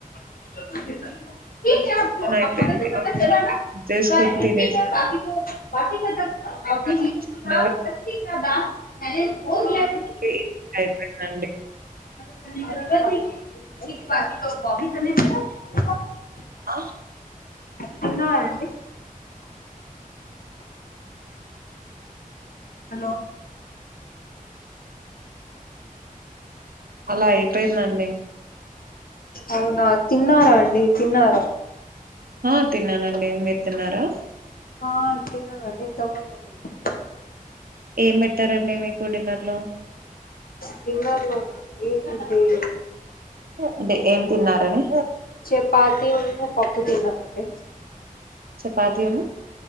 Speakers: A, on the left; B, on the right.
A: <inaudible> <unintelligible>
B: పని అయిపోయింది. ఆఫ్టర్‌నూన్‌కి కుక్ చేసుకొని తినేసాను. తిన్నాక చిన్నగా
A: అ పో <unintelligible>
B: <unintelligible> ండి
A: <inaudible> <inaudible>
B: ఆ
A: తిన్నరండి హలో
B: అలా అయి <unintelligible> ఎప్పుేనాంట
A: అవునా తిన్నారా అండి తిన్నారా
B: ఆ తిన్నానండి మీర్ తిన్నారా
A: ఆ తిన్నాను అండి నేను తొమ్మిదికే తిన్నా
B: ఏం పెట్టారండి మీకు డిన్నర్ లో
A: డిన్నర్లోన <unintelligible> అండి ఇది
B: అంటే ఏం తిన్నారని
A: చపాతి ఉన్ను పప్పు తిన్నానండి
B: చపాతీ ను